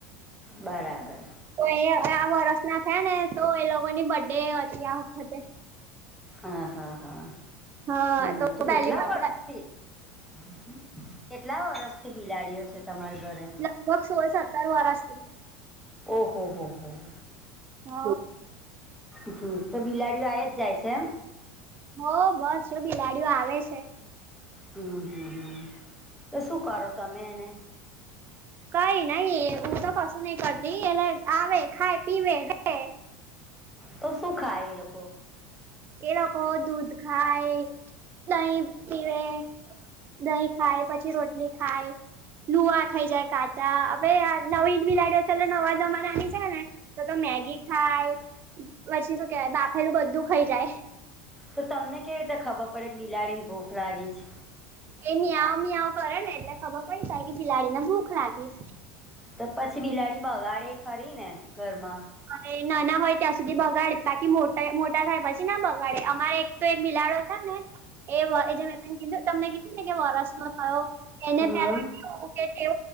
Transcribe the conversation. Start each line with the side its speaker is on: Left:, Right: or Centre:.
Centre: બરાબર
Right: તો એ આ વરષ ના થયા ને તો એ લોકોની બડ ડે હતી આ વખતે.
Centre: આ હા હા
Right: હા
Centre: હમ તો કેટલા
Right: પહેલી બર્થડે
Centre: વર્ષ? કેટલા વરષથી બિલાડીઓ છે તમારા ઘરે?
Right: લગભગ સોલ સત્તર વરસતી.
Centre: ઓહો હો હો હો હ
Right: હા
Centre: હમ તો બિલાડીઓ આ જ જાય છે એમ.
Right: હો બસ જો બિલાડીઓ આવે છે.
Centre: હમ હમ હમ તો શું કરો તમે એને?
Right: કઈ નહી હું તો કશું નઈ કરતી એટલે આવે ખાય, પીવે રે
Centre: તો શું ખાય એ લોકો?
Right: એ લોકો દૂધ ખાય, દહી પીવે દહીં ખાય, પછી રોટલી ખાય. લુઆ ખાઈ જાય કાચા હ નવી ઈ બી લાડ્યોલે નવા જમાનાની છે ને તો તો મેગી ખાય પછી શું કેવાય બાફેલું બધું ખાઈ જાય.
Centre: તો તમને કેવી રીતે ખબર પડે કે બિલાડી ભૂખ લાગી છે.
Right: એ મ્યાવ મીયાવ કરે ને એટલે ખબર પડી જાય કે બિલાડીને ભૂખ લાગી
Centre: તો પછી બિલાડી બગાડે ખરી ને ઘરમાં?
Right: અરે નાના હોય ત્યાં સુધી બગાડે બાકી મોટા મોટા થાય પછી ના બગાડે અમારે તો એક બિલાડો છે, ને એ જે મે તન કીધુ તમને કીધું ને કે વરષનો થયો એને
Centre: હમ
Right: પેલા કેવો કે હતી